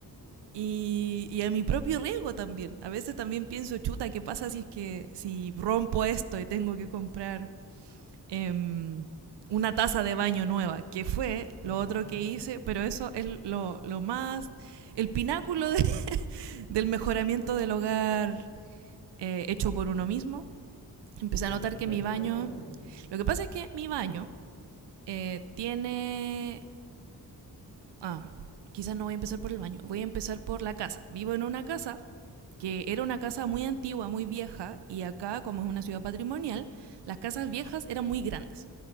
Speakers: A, on the right; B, on the left.
A: Y, y, a mi propio riesgo también. A veces también pienso, chuta, ¿qué pasa si es que si rompo esto y tengo que comprar em,
B: Sí.
A: una taza de baño nueva? Que fue
B: <laughs>
A: lo otro que hice, pero eso es lo, lo más, el pináculo de- <laughs> del mejoramiento del hogar eh, hecho por uno mismo. Empecé
B: Pero,
A: a notar
B: ¿qué
A: que
B: fue?
A: mi
B: ¿Qué
A: baño,
B: fue? Cuéntame.
A: lo que pasa es que mi baño eh, tiene ah, quizás no voy a empezar por el baño, voy a empezar por la casa. Vivo en una casa que era una casa muy antigua, muy vieja, y acá, como es una ciudad patrimonial, las casas viejas eran muy grandes.